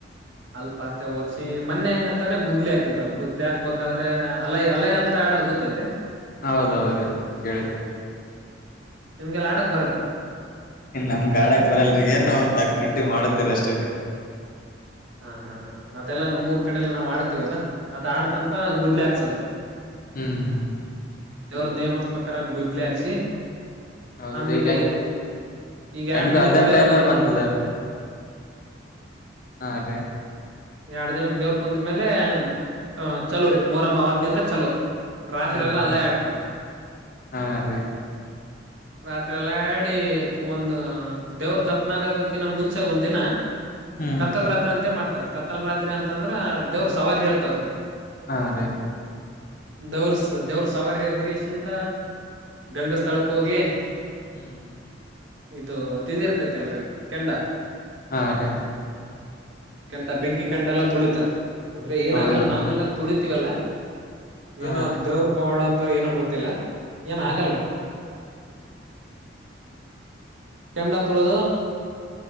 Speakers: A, on the right (about 90°); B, on the left (about 50°).
A: ಹಲ್ಪಾತ್ ಮತ್ತೆ ಓದ್ಸಿ ಮೊ ತನ ಗುದ್ಲಿ ಹಾಕಿದ್ರು ಗುದ್ಲಿ ಹಾಕ್ಬೇಕಾದ್ರೆ ಅಲೈ ಅಲಯ ಅಂತ ಆಡದ ಗೊತ್ತೈತೆ
B: ಹೌದೌದ್ರೀ ಕೇಳಿದ್ದೆ
A: ನಿಮ್ಗೆಲ್ಲ ಆಡಕ್ ಬರತ್ತಾ
B: ನಮ್ಗ್ ಗಾಡಕ್ ಬರಲ್ ಏನ್ ತಕ್ ಮಟ್ಟಿ ಮಾಡತೀರ ಅಷ್ಟೇ ರೀ
A: ಹಾ ಹಾ ಹ ಅದೆಲ್ಲಾ ನಮ್ಮರ್ ಕಡೆ ಎಲ್ಲ ನಾವ್ ಆಡ್ತೀವಲ್ಲಾ ಅದ ಆಡ್ಕಂತ ಗುದ್ಲಿ ಹಾಕ್ಸದ
B: ಹ್ಮ್ ಹ್ಮ್
A: ಇವ್ರ ನೇಮದ ಪ್ರಕಾರಲು ಇದ್ಲಿ ಹಾಕ್ಸಿ
B: ಹೌದ್ರಿ
A: ಆಮೇಲೆ
B: ಈಗ ಹೆಂಗ
A: ಈಗ
B: ಹೆಂಗ
A: ಎರಡ್ ದಿನಕ್
B: ಅದೇ
A: ದೇವ್ರ
B: ಟೈಮ್
A: ಕುಂದರ್ತ
B: ಬಂದದಲ್ರಿ ಹಾ ರೀ
A: ಎರಡ್ ದಿನಕ್ ದೇವ್ರ ಕುಂತ ಮೇಲೆ ಅ ಚಲೋ ರರಿ ಮೂರಮ್ಮ ಆವತ್ತಿಂದ ಚಲೋ ರಾತ್ರಿ
B: ಹ್ಮ್
A: ಎಲ್ಲಾ
B: ಹ್ಮ್
A: ಅಲಾಯ ಹಕ್ತಾರ
B: ಹಾ ರೀ
A: ರಾತ್ರಿ ಎಲ್ಲ ಆಡಿ ಒಂದ ದೇವ್ರ ದಪ್ಪನ ಆಗದಕ್ಕಿನ್ನ ಮುಂಚೆ ಒಂದ ದಿನ
B: ಹ್ಮ್
A: ಕತ್ತಲ್ ರ್ರಂತೆ ಮಾಡ್ತಾರ ಕ ಮತ್ತಲ್ ರಾತ್ರಿ ಅಂತ ಅಂದ್ರ ದೇವ್ರ ಸವಾರಿ ಹೇಳ್ತವ್ರಿ
B: ಹಾ ರೀ
A: ದವರ್ ದವ್ರ ಸವಾರಿ ಎದಗಸಿಂದ ಗಂಗಾ ಸ್ಥಳಕ್ಕೆ ಹೋಗಿ
B: ಹ್ಮ್
A: ಇದುದು ಇದ ಇರ್ತೈತಿ ಅಲ್ರಿ ಕೆಂಡ
B: ಹಾ ರೀ
A: ಕೆಂಡ ಬೆಂಕಿ ಕಿಕ್ಕ್ ಕಂಡಲ್ಲ ತುಳಿತರ್ ಅಂದ್ರೆ ಏನಾಗಲ್ಲ
B: ಹೌದಲ್ರಿ
A: ನಾವು ಎಲ್ಲ ತುಳಿತಿವಲ್ಲ
B: ಹಾ
A: ಏನ
B: ರೀ
A: ದೇವ್ರ ಪವಾಡ ಅಂತ ತಾವ್ ಏನೋ ಗೊತ್ತಿಲ್ಲ. ಏನ್
B: ಹ್ಮ್
A: ಆಗಲ್ರಿ
B: ಹ್ಮ್
A: ಕೆಂಡ ತುಳದು